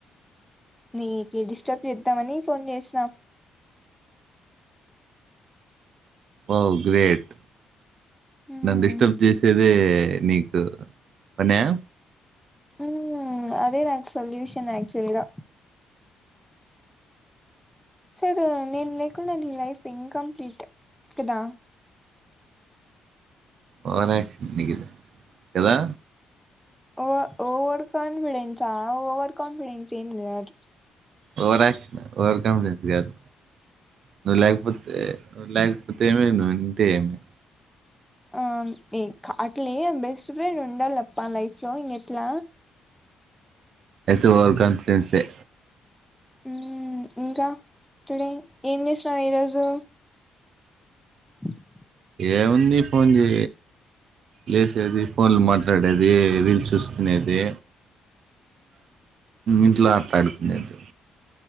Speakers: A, in the centre; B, on the right.
A: నీకి డిస్టర్బ్ చేద్దామని ఫోన్ చేసినా
B: ఓ గ్రేట్
A: మ్మ్
B: నన్ డిస్టర్బ్ చేసేదే నీకు పన్యా
A: మ్ అదే నాకు సొల్యూషన్ ఆక్చువల్గా సరే నేను లేకుండా నీ లైఫ్ ఇంకంప్లీట్ కదా
B: ఓవర్షన్ కదా
A: ఓ ఓవర్ కాన్ఫిడెన్సా ఓవర్ కాన్ఫిడెన్స్ ఏం గాదు
B: ఓవరాక్షన్ ఓవర్ కాన్ఫిడెన్స్ కాదు నువ్వు లేకపోతే నువ లేకపోతే ఏమీ ను ఇంటే ఏమి
A: అ అట్లే బెస్ట్ ఫ్రెండ్ ఉండాలప్పా లైఫ్లో ఇ ఇట్ల
B: అయితే ఓవర్ కాన్ఫిడెన్స్సే
A: మ్ ఇంకా టుడే ఏం చేసినవు ఈరోజు ఆ
B: ఏముంది ఫోన్ చే లేచేది ఫోన్లో మాట్లాడేది, రీల్స్ చూసుకునేది, ఇంట్లో ఆటలాడుకునేది